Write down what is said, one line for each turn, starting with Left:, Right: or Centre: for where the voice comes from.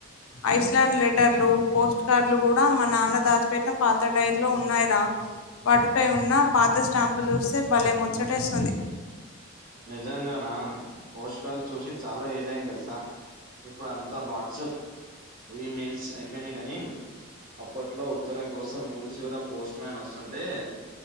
Left: ఐస్ ల్యాండ్ లెటర్లు పోస్ట్ కార్డ్లు కూడా మా నాన్న దాచి పెట్టిన పాత డైర్ లో ఉన్నాయిరా వాటిపై ఉన్న పాత స్టాంపులు చూస్తే భలే ముచ్చటేస్తుంది
Right: నిజంగానా పోషకాలు చూసి చాలా ఎలైంది తెలుసా ఇప్పుడు అంతా వాట్సాప్ ఈమెయిల్స్ అయిపోయినాయి కానీ అప్పట్లో ఉత్తరం కోసం ఊరు చివర పోస్ట్ మ్యాన్ వస్తుంటే